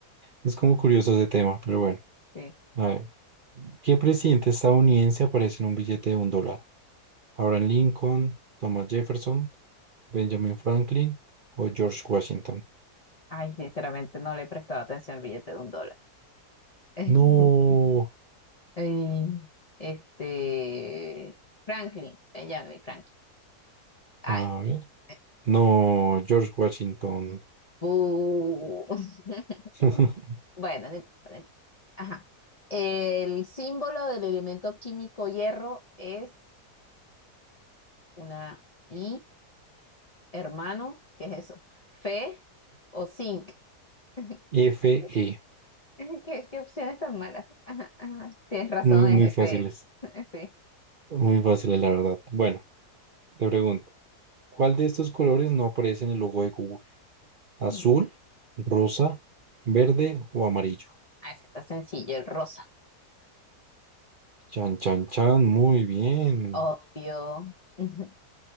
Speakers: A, on the right; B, on the left.
A: Es como curioso ese tema, pero bueno.
B: Sí.
A: A ver, ¿qué presidente estadounidense aparece en un billete de un dólar? ¿Abraham Lincoln, Thomas Jefferson, Benjamin Franklin o George Washington?
B: Ay, sinceramente no le he prestado atención al billete de un dólar. <laughs>
A: No,
B: Ay, Este, Franklin, Benjamin Franklin. Ay.
A: a ver,
B: <laughs>
A: no, George Washington.
B: Bu. <laughs>
A: <laughs>
B: Bueno, no importa, no importa. Ajá. El símbolo del elemento químico hierro es una I, hermano, ¿qué es eso? Fe o zinc. <laughs>
A: F FE,
B: ¿Qué, qué opciones tan malas? <laughs> Ajá, ajá. Tienes razón,
A: muy, muy
B: es
A: fáciles,
B: Fe. <laughs> Sí.
A: muy fáciles la verdad. Bueno, te pregunto. ¿Cuál de estos colores no aparece en el logo de Google? ¿Azul,
B: Ujú.
A: rosa, verde o amarillo?
B: Ah, ese está sencillo, el rosa.
A: Chan, chan, chan, muy bien.
B: Obvio. Ujú.